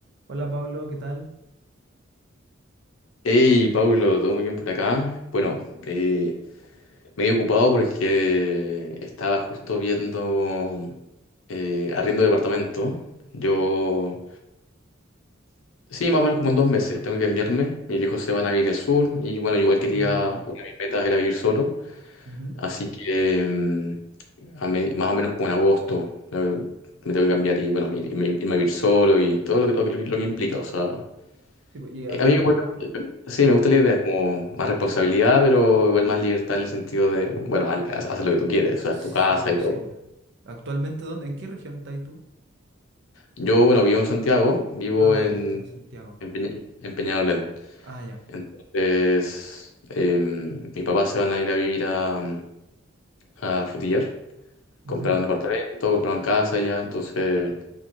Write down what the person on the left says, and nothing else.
Hey, Pablo, ¿todo muy bien por acá? Bueno, eh, medio ocupado porque estaba justo viendo eh, arriendo de departamento. Yo, sí, más o menos como en dos meses tengo que enviarme. Mis viejos se van a vivir al sur y bueno, yo igual quería,
una de mis metas era vivir solo.
Así que mm, a me- más o menos como en agosto eh, me tengo que cambiar y bueno, ir- irme, irme a vivir solo y todo lo que, lo que, lo que implica. O sea,
eh,
a mí me Sí,
me gusta la idea, como más responsabilidad, pero igual más libertad en el sentido de, bueno, ha- ha- haces lo que tú quieres, o sea,
tu casa
y todo.
Yo, bueno, vivo en Santiago, vivo
en,
en, Peña- en Peñalolén.
Entonces, eh, mis papás se van a ir a vivir a, a Frutillar. Compraron
departamento, compraron casa ya, entonces